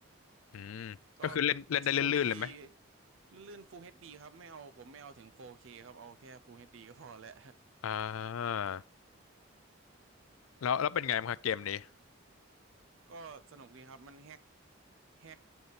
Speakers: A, on the left (about 80°); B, on the right (about 70°).
A: อืมก็คือเล่นเล่นได้ลื่นๆเลยไหม
B: ก็ Full HD ลื่นๆ Full เอชดีครับไม่เอาผมไม่เอาถึง 4K คครับเอาแค่ Full เอชดีก็พอแหละ
A: อ่าแล้วแล้วเป็นไงบ้างครับเกมนี้
B: <laughs> ก็สนุกดีครับมันแฮกแฮก